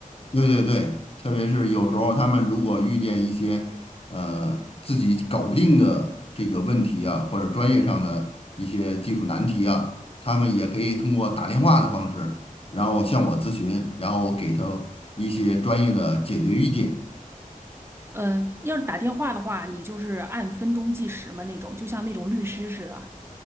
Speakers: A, on the left; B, on the right.
A: 对对对，特别是有时候他们如果遇见一些呃自己搞不定的这个问题啊，或者专业上的一些技术难题啊，他们也可以通过打电话的方式，然后向我咨询，然后我给他一些专业的解决意见。
B: 呃，要是打电话的话，你就是按分钟计时嘛，那种就像那种律师似的，